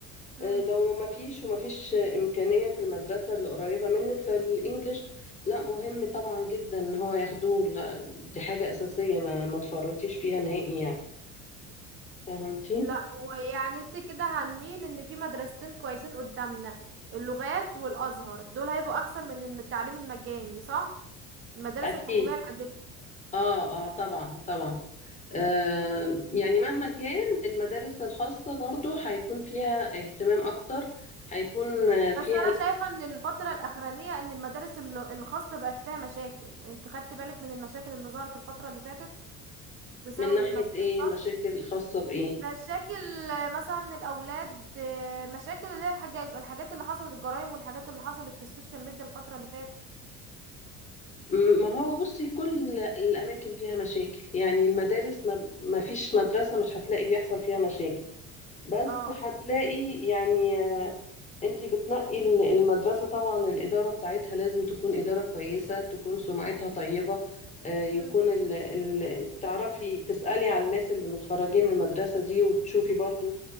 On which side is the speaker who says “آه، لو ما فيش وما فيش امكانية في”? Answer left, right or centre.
Left